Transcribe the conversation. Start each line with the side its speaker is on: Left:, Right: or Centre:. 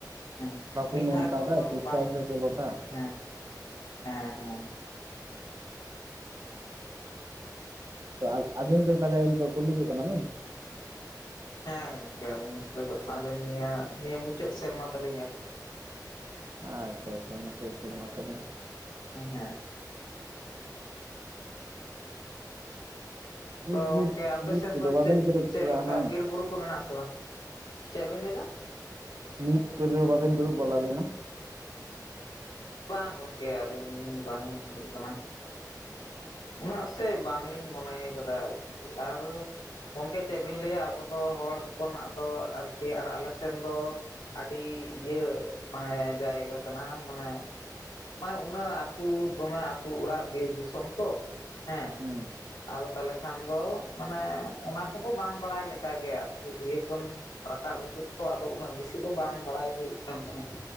Left: ᱦᱮᱸ
Right: ᱵᱟᱠᱚ
Left: ᱢᱤᱫ
Right: ᱢᱮᱱ
Left: ᱫᱷᱟᱣ ᱨᱮ
Right: ᱟᱠᱟᱫᱟ
Left: ᱛᱚ ᱵᱚᱱ
Right: ᱪᱮᱥᱴᱟᱭ
Left: ᱵᱟᱝ
Right: ᱥᱮ ᱵᱚᱞᱚᱛᱟ
Left: ᱦᱮᱸ ᱦᱮᱸ ᱦᱮᱸ <inaudible>
Right: ᱛᱚ ᱟᱹᱵᱤᱱ ᱫᱚ ᱛᱟᱦᱚᱞᱮ ᱠᱩᱞ ᱦᱤᱡᱩᱜ ᱠᱟᱱᱟ ᱵᱤᱱ᱾
Left: ᱦᱮᱸ ᱜᱚᱝᱼᱠᱮ ᱟᱹᱞᱤᱧ ᱦᱚᱸ ᱠᱟᱜᱟᱞᱤᱧ ᱱᱤᱭᱟᱹ ᱢᱩᱪᱟᱹᱫ ᱥᱮᱨᱢᱟ ᱛᱟᱞᱤᱧ
Right: ᱟᱪᱪᱷᱟ ᱟᱪᱪᱷᱟ ᱢᱩᱪᱟᱹᱫ ᱥᱮ ᱢᱟ ᱛᱚᱵᱮ
Left: ᱦᱮᱸ ᱦᱮᱸ
Right: ᱱᱤᱴ
Left: ᱛᱚ ᱜᱚᱝᱠᱮ
Right: ᱱᱤᱴ
Left: ᱟᱯᱮ
Right: ᱱᱤᱴ
Left: ᱥᱮᱱ
Right: ᱠᱚᱫᱚ
Left: ᱫᱚ
Right: ᱵᱟᱵᱮᱱ
Left: ᱪᱮᱫ
Right: ᱠᱨᱮᱠ
Left: ᱪᱮᱫ
Right: ᱠᱟᱫᱟ
Left: ᱞᱮᱠᱟ
Right: ᱵᱟᱝ
Left: ᱵᱤᱨ ᱵᱩᱨᱩ ᱠᱚ ᱢᱮᱱᱟᱜ ᱟᱥᱮ ᱵᱟᱝ᱾ ᱪᱮᱫ ᱵᱤᱱ ᱞᱟᱹᱭ ᱮᱫᱟ?
Right: ᱱᱤᱴ ᱠᱚ ᱵᱟᱵᱮᱱ ᱫᱩᱲᱩᱵ ᱵᱟᱞᱟ ᱞᱮᱱᱟ᱾
Left: ᱵᱟᱝ ᱜᱚᱝᱠᱮ ᱟᱹᱞᱤᱧ ᱵᱟᱝ <unintelligible> ᱠᱟᱱᱟ᱾ ᱩᱱᱟᱹᱜ ᱥᱮ ᱵᱟᱝᱞᱤᱧ ᱢᱚᱱᱮ ᱠᱟᱫᱟ᱾ ᱟᱨ ᱜᱚᱢᱠᱮ ᱪᱮᱫ ᱵᱤᱱ ᱞᱟᱹᱭᱟ ᱟᱵᱚ ᱫᱚ ᱦᱚᱲ ᱦᱚᱯᱚᱱᱟᱜ ᱫᱚ ᱟᱨᱠᱤ ᱟᱨ ᱟᱞᱮ ᱥᱮᱱ ᱫᱚ ᱟᱹᱰᱤ ᱤᱭᱟᱹ ᱢᱟᱱᱮ ᱡᱟᱭᱜᱟ ᱠᱟᱱᱟ᱾ ᱢᱟᱱᱮ ᱢᱟᱱᱮ ᱩᱱᱟᱹᱜ ᱟᱹᱛᱩ ᱫᱚᱢᱮ ᱟᱹᱛᱩ ᱚᱲᱟᱜ ᱜᱮ ᱵᱤᱨ ᱫᱤᱥᱚᱢ ᱛᱚ ᱦᱮᱸ
Right: ᱦᱮᱸ
Left: ᱟᱫᱚ ᱛᱟᱦᱚᱞᱮ ᱠᱷᱟᱱ ᱫᱚ ᱢᱟᱱᱮ ᱚᱱᱟ ᱠᱚᱫᱚ ᱵᱟᱝ ᱵᱟᱲᱟᱭ ᱞᱮᱠᱟᱜᱮ ᱟᱫᱚ ᱤᱭᱟᱹ ᱠᱷᱚᱱ ᱨᱟᱠᱟᱵ ᱦᱤᱡᱩᱜ ᱛᱚ ᱟᱫᱚ ᱩᱱᱟᱹᱜ ᱵᱮᱥᱤ ᱫᱚ ᱵᱟᱝ ᱵᱟᱲᱟᱭ ᱦᱩᱭᱩᱜ ᱠᱟᱱ ᱛᱟᱦᱮᱸᱫ